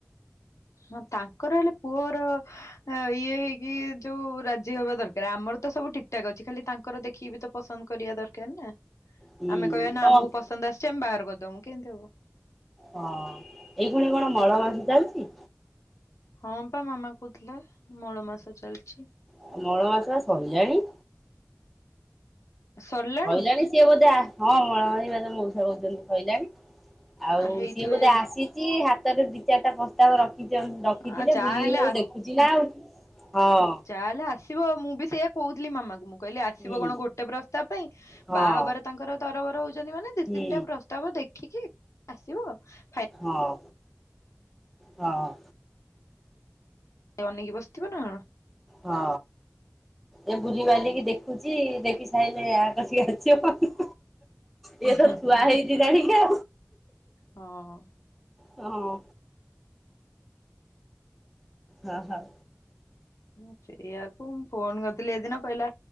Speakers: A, on the left; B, in the centre.
A: ହଁ ତାଙ୍କର ହେଲେ ପୁଅର ଆଁ ଇଏ ହେଇକି ଯୋଉ ରାଜି ହବା ଦରକାର ଆମର ତ ସବୁ ଠିକଠାକ ଅଛି ଖାଲି ତାଙ୍କର ଦେଖିକିବି ତ ପସନ୍ଦ କରିବା ଦରକାର ନା
B: ହୁଁ
A: ଆମେ କହିବା
B: କଣ
A: ନା ଆମକୁ ପସନ୍ଦ ଆସିଛି ଆମେ ବାହାର କରିଦମୁ କେମିତି ହବ
B: ହଁ ଏଇ ଖୁଣି କଣ ମଳ ମାସ ଚାଲିଛି।
A: ହଁ ପା ମାମା କହୁଥିଲା ମଳ ମାସ ଚାଲିଛି।
B: ଆଉ ମଳ ମାସ ବା ସଇଲାଣି
A: ସରିଲାଣି
B: ସହିଲାଣି ସିଏ ବୋଧେ ଆ ହଁ ମଳମ ବାଧ ମଉସା କହୁଛନ୍ତି ସଇିଲାଣି ଆଉ
A: ହେଇଥିବ
B: ସିଏ ବୋଧେ
A: ଯଦି
B: ଆସିଛି ହାତରେ ଦି ଚାରିଟା ପ୍ରସ୍ତାବ ରଖି ରଖିଥିଲେ
A: ଆ ଯାହାହେଲେ
B: ବୁଲି ହଉ ଦେଖୁଛି ନା ଆଉଠ ହଁ
A: ଯ ହେଲେ ଆସିବ ମୁଁ ବି ସେଇୟା କହୁଥିଲି ମାମା କ ମୁଁ କହିଲି ଆସିବ
B: ହଁ ହୁଁ
A: କଣ ଗୋଟେ ପ୍ରସ୍ତା ପାଇଁ
B: ହଁ
A: ବାହା ହବାର ତାଙ୍କର ତରବର ହଉଛନ୍ତି ମାନେ ଦି
B: ହୁଁ
A: ତିନିଟା ପ୍ରସ୍ତାବ ଦେଖିକି ଆସ
B: ହଁ ହଁ
A: ଅନେଇକି ବସିଥିବ ନା
B: ହଁ ଏ ବୁଝିପାରିଲ
A: ହୁଁ
B: କି ଦେଖ ଖୁଛି ଦେଖି ସାରିଲେ ଆୟ କରଛିକି ଆଛି
A: ହୁଁ
B: ଇଏ ତ
A: ହୁଁ
B: ଛୁଆ ହେଇ ଯଦଣ କ
A: ହଁ
B: ହଁ ହଁ ହଁ
A: ହଁ ସେଇଆକୁ ମୁଁ ଫୋନ କରିଥିଲି ହେ ଦିନ କହିଲା